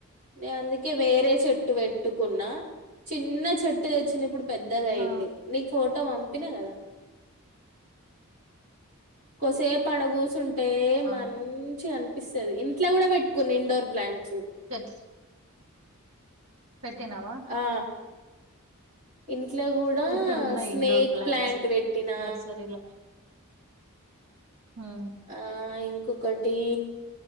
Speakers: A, on the right; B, on the right.
A: నే, అందుకే వేరే చెట్టు పెట్టుకున్నా. చిన్న చెట్టు తెచ్చిన ఇప్పుడు. పెద్దగ అయింది.
B: ఆ
A: నీకు ఫోటో. తో పంపిన కదా? కొసేప ఆడ కూసున్నట్టే. టే,
B: ఆ
A: మంచి ఆనపిస్తుది. ఇంట్లో కూడా పెట్టుకున్న ఇండోర్ ప్లాంట్స్.
B: <unintelligible> పెట్టినావా?
A: ఆ ఇంట్లో కూడా
B: ఇక్కడ ఉన్నాయి
A: స్నేక్
B: ఇండోర్ ప్లాంట్స్
A: ప్లాంట్ పెట్టినా?
B: నర్సరీలో ఉమ్
A: ఆ, ఇంకొకటి.